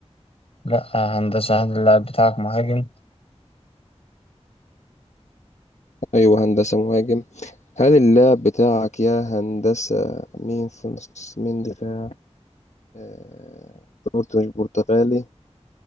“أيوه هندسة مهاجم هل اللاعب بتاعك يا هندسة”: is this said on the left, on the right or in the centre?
Left